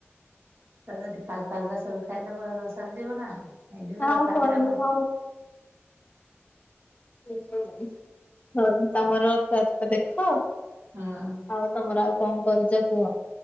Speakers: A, on the right (about 60°); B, on the left (about 30°).
A: ଯଦି ଖାଉ ଖାଉ ସବୁ ଖାଇଦବ ସରିଯିବ ନା ନାଇଁ। ଏଇ ଯ
B: ଆଉ
A: ରଥଯାତ୍ରା
B: ସରିଯିବ
A: ପରେ
B: ହଁ ତମର ରଥଯାତ୍ରା ଦେଖ?
A: ହଁ
B: ଆଉ ତମର ଆଉ କଣ କରୁଛ କୁହ?